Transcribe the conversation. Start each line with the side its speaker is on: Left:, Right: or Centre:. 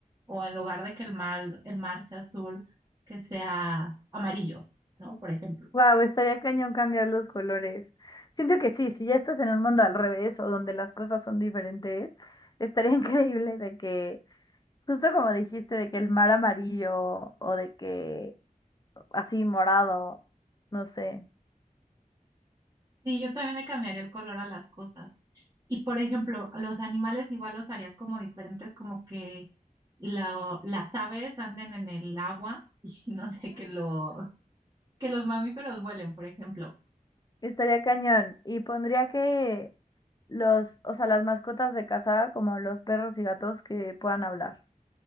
Right: o en lugar de que el mar, el mar sea azul, que sea amarillo, ¿no? Por ejemplo.
Left: Wow, estaría cañón cambiar los colores. Siento que sí, si ya estás en un mundo al revés o donde las cosas son diferentes, estaría <laughs> increíble de que, justo como dijiste, de que el mar amarillo o de que así morado, no sé,
Right: Sí, yo también le cambiaría el color a las cosas. Y por ejemplo, a los animales igual los harías como diferentes, como que la- las aves anden en el agua <laughs> y no sé, que, lo, que los mamíferos vuelen, por ejemplo.
Left: estaría cañón. Y pondría que los, o sea, las mascotas de casa, como los perros y gatos que puedan hablar.